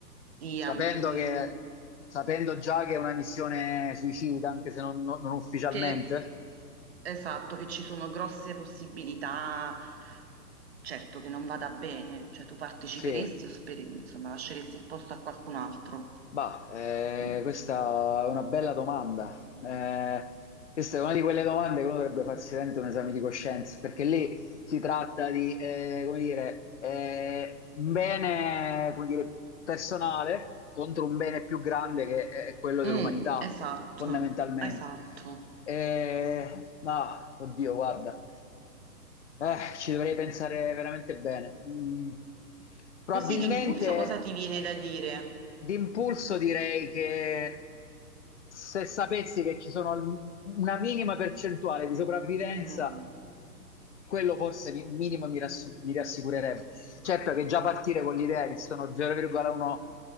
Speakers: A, on the right; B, on the left.
A: di,
B: Sapendo
A: an- mm,
B: che, sapendo già che è una missione suicida, anche se non, non- non ufficialmente.
A: che, esatto, che ci sono grosse possibilità, certo che non vada bene, cioè tu parteciperesti
B: Sì,
A: o speri- insomma, lasceresti il posto a qualcun altro?
B: Bah, eh,
A: Mm,
B: questa è una bella domanda. Eh, questa è una di quelle domande che uno dovrebbe farsi veramente un esame di coscienza, perché lì si tratta di, eh, come dire, eh, un bene, come dire, personale contro un bene più grande che è quello dell'umanità,
A: mm, esatto,
B: fondamentalmente.
A: esatto.
B: Eh, ma, oddio, guarda, eh, ci dovrei pensare veramente bene. Mm. Probabilmente.
A: Così d'impulso cosa ti viene da dire?
B: D'impulso direi che se sapessi che ci sono al- una minima percentuale di sopravvivenza,
A: Mm.
B: quello forse mi- un minimo mi, rassu- mi rassicurerebbe. Certo che già partire con l'idea che sono 0,1